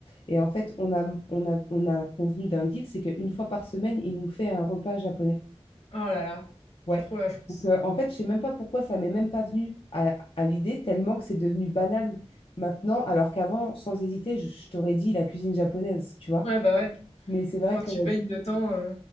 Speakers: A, on the left (about 55°); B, on the left (about 85°).
A: Et en fait, on a, on a, on a convenu d'un deal, c'est qu'une fois par semaine, il nous fait un repas japonais.
B: Oh là là,
A: Ouais.
B: trop la chance.
A: Donc, euh, en fait, je sais même pas pourquoi ça m'est même pas venu à, à l'idée, tellement que c'est devenu banal maintenant, alors qu'avant, sans hésiter, je, je t'aurais dit la cuisine japonaise, tu vois.
B: Ouais, bah ouais,
A: Mais c'est vrai
B: quand
A: que
B: tu baignes dedans. euh,